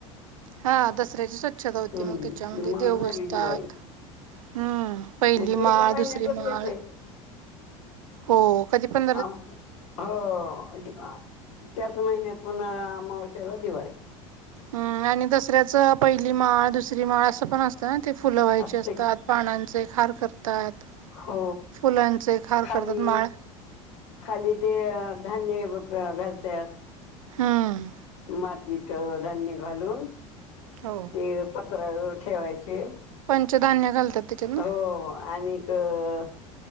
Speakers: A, on the right; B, on the left.
A: हां दसऱ्याची स्वच्छता होती
B: हम्म
A: मगं त्याच्यामध्ये
B: मग
A: देवं
B: झाली
A: बसतात.
B: दिवाळी
A: हम्मं पहिली
B: मग ती
A: माळ,
B: एका महिन्यातच
A: दुसरी
B: येते
A: माळ हो कधीं पणं
B: आम हो त्याचं महिन्यांत होणा अमावश्याला दिवाळी
A: हम्मं आणि दसऱ्याच पहिली माळ, दुसरी माळ असं पणं असतं ना, ते फुलं व्हायची
B: असते
A: असतांत. पानांचे खार करतात.
B: हो
A: फुलांचे खार
B: खाली
A: करतात माळ
B: खाली ते धान्य घालत्यात.
A: हम्मं.
B: मातीत धान्यं घालून.
A: हो
B: देवं पत्रावळ्या वर ठेवायचे
A: पंचधान्य घालतात त्याच्यात ना
B: हो आणि अं